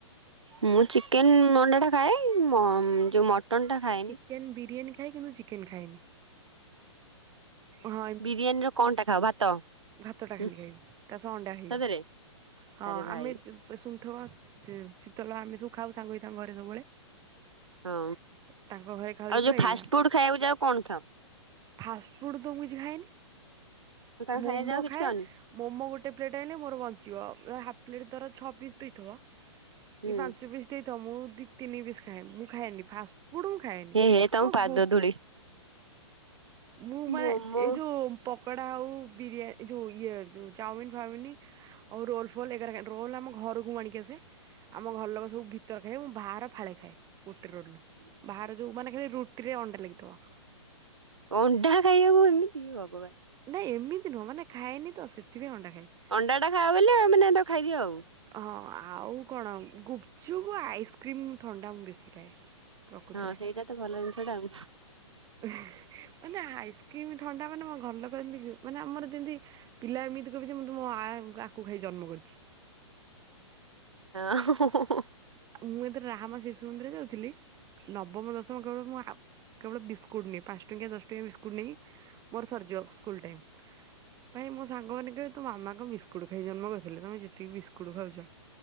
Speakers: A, on the right; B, on the right.
A: ମୁଁ ଚିକେନ, ଅଣ୍ଡା ଟା ଖାଏ, ମ ଯୋଉ ମଟନ ଟା ଖାଏନି।
B: ଚିକେନ୍ ବିରିୟାନୀ ଖାଏ କିନ୍ତୁ ଚିକେନ ଖାଏନି। ହଁ
A: ବିରିୟାନୀର କଣ ଟା ଖାଅ, ଭାତ?
B: ଭାତଟା ଖାଲି
A: ହୁଁ
B: ଖାଇବି, ତା ସହ ଅଣ୍ଡା ଖାଇବି,
A: ସତରେ
B: ହଁ
A: ଆରେ ଭାଇ
B: ଆମେ <unintelligible> ଶୁନଥବ, ଶୀତଲ ଆମେ ସବୁ ଖାଉ ସାଙ୍ଗ ହୋଇ ତାଙ୍କ ଘରେ ସବୁବେଳେ।
A: ହଁ,
B: ତାଙ୍କ ଘରେ ଖାଉ
A: ଆଉ
B: ଯେତେବେଳେ
A: ଯୋଉ ଫାଷ୍ଟ
B: ଏଇଆ
A: ଫୁଡ଼୍ ଖାଇବାକୁ ଯାଅ କଣ ଖାଅ?
B: ଫାଷ୍ଟ ଫୁଡ଼ ତ ମୁ କିଛି ଖାଏନି,
A: ତାଙ୍କ
B: ମୋମୋ
A: ସାଙ୍ଗେ ଯାଉ କିଛି
B: ଖାଏ।
A: ଖାଅନି
B: ମୋମୋ ଗୋଟେ ପ୍ଲେଟ୍ ଆନଲେ ମୋର ବଞ୍ଚିବ ଅ ହାଫ୍ ପ୍ଲେଟ୍ ଧର ଛଅ ପିସ୍ ଦେଇଥିବ
A: ହୁଁ
B: ଏଇ ପାଞ୍ଚ ପିସ୍ ଦେଇଥ ମୁଁ ଦି ତିନି ବିିସ୍ ଖାଏ ମୁଁ ଖାଏନି ଫାଷ୍ଟ ଫୁଡ ମୁଁ ଖାଏନି।
A: ହେ ହେ ତମ
B: ହଁ
A: ପାଦ
B: ଗୋ
A: ଧୂଳି
B: ମୁଁ ମାନେ
A: ମୋମୋ
B: ଚ ଏଇ ଯୋଉ, ପକଡା଼ ଆଉ ବିରିୟା ଯଉ ଇଏ ଯଉ ଚାଉମିିନ ଫାଉମିନି ଆଉ ରୋଲ ଫୋଲ <unintelligible> ରୋଲ ଆମ ଘରକୁ ମୁ ଆଣିକି ଆସେ। ଆମ ଘର ଲୋକ ସବୁ ଭିତର ଖାଇଏ, ମୁଁ ବାହାର ଫାଳେ ଖାଏ ଗୋଟେ ରୋଲରୁୁ। ବାହାର ଯୋଉ ମାନେ ଖାଲି ରୁଟିରେ ଅଣ୍ଡା ଲାଗିଥିବ।
A: ଅଣ୍ଡା ଖାଇବାକୁ ଏମିତି, ଭଗବାନ।
B: ନାଇଁ ଏମିତି ନୁହଁ, ମାନେ ଖାଏନି ତ ସେଥିପାଇଁ ଅଣ୍ଡା ଖାଏ।
A: ଅଣ୍ଡା ଟା ଖାଅ ବୋଲି ଆଉ ମାନେ ଏଟାକୁ ଖାଇଦିଅ ଆଉ।
B: ହଁ ଆଉ କଣ ଗୁପଚୁପୁ, ଆଇସ୍କ୍ରିମ୍, ଥଣ୍ଡା ମୁଁ ବେଶୀ ଖାଏ। ପ୍ରକୃତରେ,
A: ହଁ ସେଇଟା ତ ଭଲ ଜିନିଷ ଟା ଆଉ।
B: ହେଁ ମାନେ ଆଇସ୍ କିମି ଥଣ୍ଡା ମାନେ ମୋ ଘଲୋ <unintelligible> ମାନେ ଆମର ଯେମତି ପିଲା ଏମିତି କହିବେ ଯେ ମୁଁ ତୁମ <unintelligible> କୁ ଖାଇ ଜନ୍ମ କରିଚି।
A: ହଁ।
B: ମୁଁ ଏଥର ରାହାମା ଶିଶୁ ମନ୍ଦିର ଯାଉଥିଲି ନବମ, ଦଶମ <unintelligible> ମୁଁ ଆ କେବଳ ବିସ୍କୁଟ୍ ନିଏ, ପାଞ୍ଚ ଟଙ୍କିଆ ଦଶ ଟଙ୍କିଆ ବିସ୍କୁଟ୍ ନେଇ ମୋର ସରିଯିବ। ସ କୁଲ ଟାଇମ୍, ପାଇଁ ମୋ ସାଙ୍ଗମାନେ କହିବେ ତୋ ମାମା କଣ ବିସ୍କୁଟ ଖାଇ ଜନ୍ମ କରିଥିଲେ, ତମେ ଯେ ତିକି ବିସ୍କୁଟ ଖାଉଛ।